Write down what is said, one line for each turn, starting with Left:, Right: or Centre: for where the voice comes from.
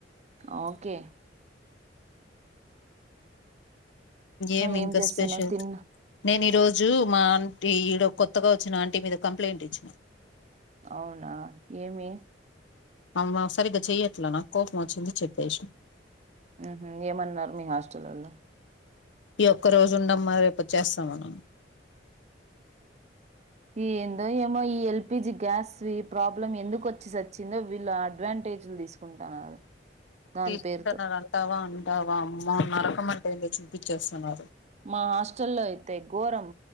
Right: ఓకే
Left: ఏమి
Right: ఏం
Left: ఇంకా
Right: చేస్తున్నావ్
Left: స్పెషల్
Right: తిన్నా
Left: నేను ఈరోజు మా ఈడ కొత్తగా వచ్చిన ఆంటీ మీద కంప్లైంట్ ఇచ్చినా
Right: అవునా ఏమి
Left: అమ్ సరిగ్గా చెయ్యట్లా నాకు కోపం వచ్చింది చెప్పేస
Right: హ ఏమన్నారు మీ హాస్టల్ల్లో
Left: ఈ ఒక్క రోజు ఉండ మరి రేపు చేస్తాంమనం
Right: ఈ ఎందో ఏమో ఈ ఎల్పిజి గ్యాస్ ప్రాబ్లమ్ ఎందుకుచ్చ వచ్చి వచ్చిందో వీళ్ళు అడ్వాంటేజ్లు తీసుకుంటున్నారు దాని
Left: తీసుకుంటున్నారు
Right: పేరుతో
Left: అంటావా అంటావామ్ మన్నరకం అంట ఏంద చూపించేస్తున్నారు
Right: మా హాస్టల్లో అయితే ఘోరం